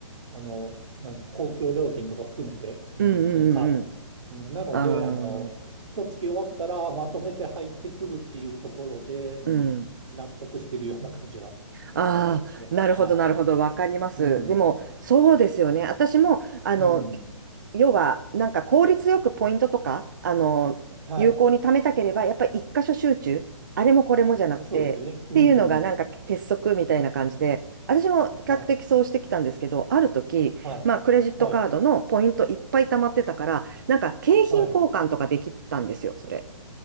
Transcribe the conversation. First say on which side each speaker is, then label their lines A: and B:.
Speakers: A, on the right; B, on the right.
A: あの、なんか公共料金とか含めて、うん、
B: うんうんうんう
A: そのカードに。うん、
B: ん。
A: なので、あの、
B: ああ、
A: 一月終わったらまとめて入ってくるっていうところで、うん、
B: うん。
A: 納得してるような感じは確かにありますね。
B: ああ、なるほど、
A: はい。
B: なるほど、わかります。
A: うん。
B: でも、そうですよね。私も、あの、
A: うん。
B: 要は、なんか効率よくポイントとか、あの、
A: はい。
B: 有効に貯めたければ、やっぱり一箇所集中、あれもこれもじゃなくて、
A: そうですよね。うんうん
B: っていうのが、なんか鉄則みたいな感じで、私も比較的そうしてきたんですけど、
A: うん。はい。
B: ある時、
A: はい。
B: まあ、クレジットカードのポイントいっぱい貯まってたから、
A: はい。
B: なんか景品交換とかできたんですよ、
A: はい。
B: それ。